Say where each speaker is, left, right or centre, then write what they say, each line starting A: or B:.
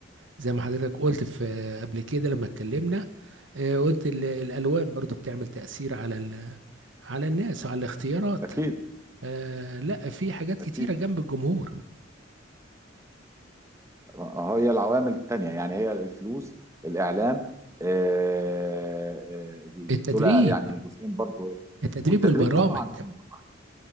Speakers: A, on the right; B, on the right.
A: زي ما حضرتك قلت في قبل كده لما اتكلمنا آه، قلت ال- الالوان برضو بتعمل تأثير على ال- على الناس وعلى الاختيارات
B: اكيد
A: آه، لا في حاجات كتيرة
B: اكيد
A: جنب الجمهور
B: آه، هي العوامل التانية يعني هي الفلوس الإعلام آه، آه،
A: التدريب
B: دول يعني جزئين برضو
A: التدريب
B: والتدريب
A: والبرامج
B: طبعا أيوة طبعاً.